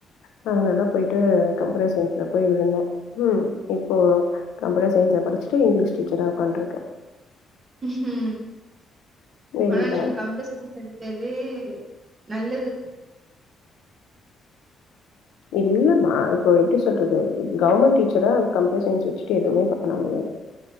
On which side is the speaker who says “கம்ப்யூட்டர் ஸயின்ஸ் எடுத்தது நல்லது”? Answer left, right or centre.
Right